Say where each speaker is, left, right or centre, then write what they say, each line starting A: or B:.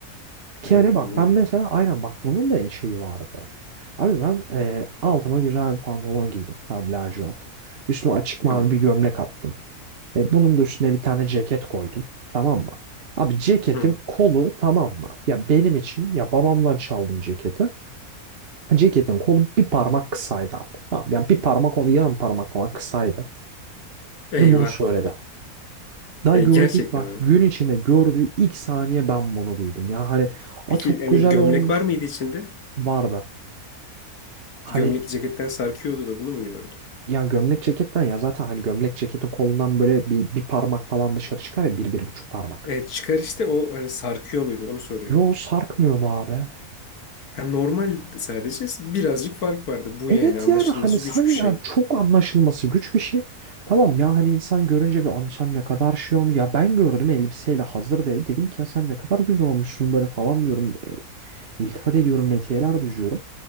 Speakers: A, on the right; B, on the left.
A: Ki
B: evet
A: yani bak
B: anladım.
A: ben mesela aynen bak bunun da şeyi vardı. Abi ben e, altıma güzel bir pantolon giydim. Tam lacivert. Üstüme açık mavi
B: Tamam.
A: bir gömlek attım. E, bunun da üstüne bir tane ceket koydum. Tamam mı? Abi ceketin
B: Hı.
A: kolu tamam mı? Ya benim için ya babamdan çaldım ceketi. Ceketin kolu bir parmak kısaydı abi. Tamam, ya bir parmak onu yarım parmak falan kısaydı.
B: Eyvah.
A: Ve bunu söyledi. Daha
B: E,
A: gördüğü
B: gerçekten
A: bak
B: mi?
A: gün içinde gördüğü ilk saniye ben bunu duydum. Ya hani a
B: Peki
A: çok
B: yani
A: güzel
B: gömlek
A: olmuş
B: var mıydı içinde?
A: vardı. Hani
B: Gömlek ceketten sarkıyordu da bunu mu gördüm?
A: Ya gömlek ceketten ya zaten hani gömlek ceketin kolundan böyle bir, bir parmak falan dışarı çıkar ya bir bir buçuk parmak.
B: Evet çıkar işte o hani sarkıyor muydu onu soruyor.
A: Yo sarkmıyordu abi.
B: Ha, normal sadece birazcık fark vardı. Bu
A: Evet
B: yani anlaşılması
A: yani hani sen
B: güç bir şey.
A: yani çok anlaşılması güç bir şey. Tamam ya hani insan görünce bir "Abi sen ne kadar şey olmuş. Ya ben gördüm elbiseyle hazır dev. Dedim ki ya sen ne kadar güzel olmuşsun böyle falan diyorum. E, iltifat ediyorum metiyeler düzüyorum.